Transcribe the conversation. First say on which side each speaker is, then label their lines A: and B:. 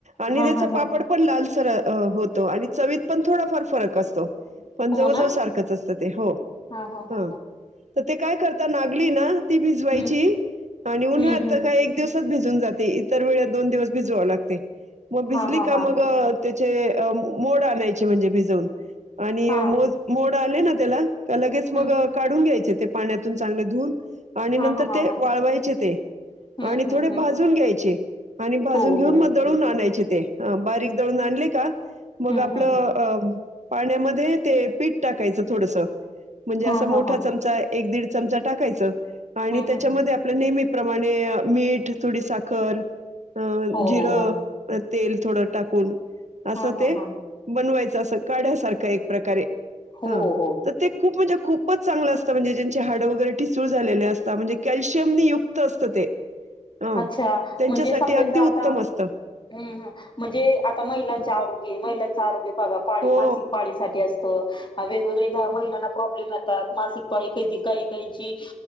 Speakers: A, on the right; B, on the left.
A: आणि
B: हा
A: त्याच
B: हा
A: पापड
B: हा
A: पण लालसर होत. चवीितत पण थोडफार फरक असतो. पण
B: हो
A: जवळ जव
B: ना
A: सारखंच असतं ते हो
B: हा हा हा
A: ह तर ते काय करत. नागली ना ती भिजवायची
B: हम्म
A: आणि उन्हात
B: हम्म हम्म
A: काय एक दिवस भिजून जाते इतर वे दोन दिवस भिजवा लागते मग भिजली
B: हा हा
A: का
B: हा
A: म त्याचे मोड आणायचे म्हणजे भिजवून आणि
B: हा
A: मो मोड आले ना त्याला का लगेच मग
B: हम्म
A: काढून घ्यायचे ते पाण्यातून चांगले धुून. आणि
B: हा
A: नंतर
B: हा हा
A: ते
B: हा
A: वाळवायचे ते.
B: हम्म
A: आणि
B: हम्म
A: थोडे
B: हम्म
A: भाजून घ्यायचे आणि भाजून
B: हो
A: घेऊन
B: हो
A: मग दळून आणायचे. ह बारीक दळून आणले का मग
B: हम्म
A: आपलं
B: हम्म हम्म
A: अ पाण्यामध्ये ते पीठ टाकायचं थोडस म्हणजे
B: हा
A: असं मोठा
B: हा हा
A: चमचा एक दीड चमचा टाकायच आणि
B: हम्म
A: त्याच्यामध्ये
B: हम्म हम्म
A: आपलं नेहमी प्रमाणे मीठ थोडी साखर अ
B: हो
A: जिरं,
B: हो हो
A: तेल थोडं टाकून असं
B: हा
A: ते
B: हा हा
A: बनवायचं असं काढ्यासारखं एक प्रकारे.
B: हो
A: हा
B: हो हो
A: तर ते खूप म्हणजे खूपच चांगलं असतं म्हणजे. हड वगैरे ठिसूळ झालेले असत म्हणजे कशियम युक्त असत ते. ह
B: अच्छा
A: त्यांच्यासाठी
B: म्हणजे समजायचं
A: अगदी उत्तम
B: आता
A: असतं.
B: हम्म हम म्हणजे आता महिलांच आरोग्य महिलां आरोग्यगा पाळी
A: हो
B: मासिक पाळीसाठी अ वेगवेगळे महिलांना प्रॉब्लेम येतात मासिक पाळी कधी काही काहींची